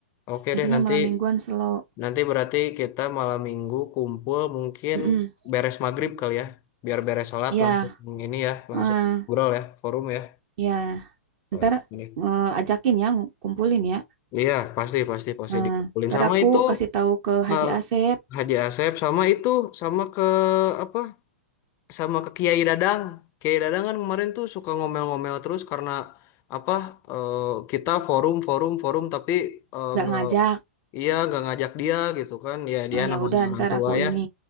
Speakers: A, on the left (about 35°); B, on the right (about 50°).
A: Oke
B: Biasanya
A: deh, nanti
B: malam mingguan slow.
A: nanti berarti kita malam minggu kumpul mungkin
B: Mm-mm.
A: beres maghrib kali ya. Biar beres sholat
B: Iya,
A: langsung ini ya, langsung.
B: heeh.
A: Ngobrol ya, forum ya.
B: Iya.
A: Oh,
B: Ntar
A: iya. ini.
B: eh, ajakin ya, ngumpulin ya.
A: Iya, pasti pasti pasti
B: Nah,
A: dikumpulin
B: ntar
A: sama
B: aku
A: itu
B: kasih tahu ke Haji
A: eh,
B: Asep,
A: Haji Asep sama itu sama ke apa? Sama ke Kiai Dadang. Kiai Dadang kan kemarin tuh suka ngomel-ngomel terus karena apa? eh, kita forum forum forum tapi eh,
B: nggak
A: nggak
B: ngajak.
A: iya nggak ngajak dia gitu kan. Ya dia
B: Nah, ya
A: namanya
B: udah,
A: orang
B: ntar
A: tua
B: aku
A: ya.
B: ini,